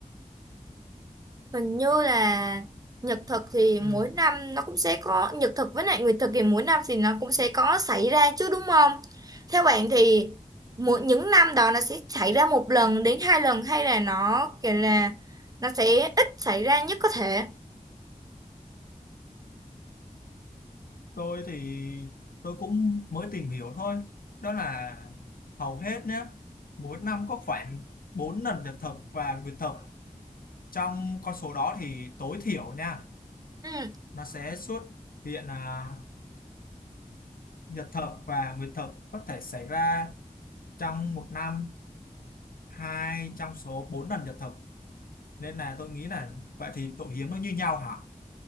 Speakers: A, on the right; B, on the left.
A: Hình như là nhật thực thì mỗi
B: Ừ.
A: năm nó cũng sẽ có nhật thực với lại nguyệt thực thì mỗi năm thì nó cũng sẽ có xảy ra chứ đúng không? Theo bạn thì mỗi những năm đó nó sẽ xảy ra một lần đến hai lần hay là nó kiểu là nó sẽ ít xảy ra nhất có thể.
B: tôi thì tôi cũng mới tìm hiểu thôi đó là hầu hết nhé mỗi năm có khoảng 4 lần nhật thực và nguyệt thực trong con số đó thì tối thiểu nha
A: Ừ.
B: nó sẽ xuất hiện là nhật thực và nguyệt thực có thể xảy ra trong một năm hai trong số 4 lần nhật thực nên là tôi nghĩ là vậy thì độ hiếm nó như nhau hả